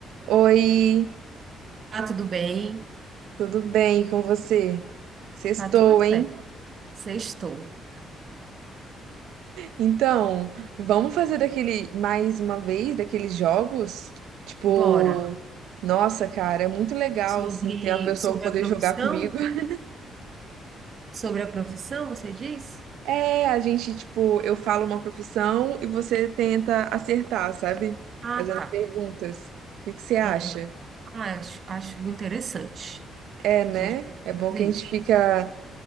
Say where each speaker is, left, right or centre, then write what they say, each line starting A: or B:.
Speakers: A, on the right (about 80°); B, on the right (about 50°).
A: Oi,
B: Tá tudo bem,
A: tudo bem com você? Sextou,
B: tá tudo
A: hein?
B: certo. Sextou.
A: Então, vamos fazer daquele mais uma vez daqueles jogos? Tipo,
B: Bora.
A: nossa, cara, é muito legal
B: Sobre,
A: assim ter a pessoa
B: sobre
A: poder
B: a profissão?
A: jogar comigo. <laughs>
B: Sobre a profissão, você disse?
A: É, a gente, tipo, eu falo uma profissão e você tenta acertar, sabe?
B: Ah,
A: Fazendo
B: tá.
A: perguntas. O que que você acha?
B: Aham. Ah, acho, acho muito interessante
A: É, né?
B: a gente pode
A: É bom
B: fazer
A: que
B: isso.
A: a gente fica,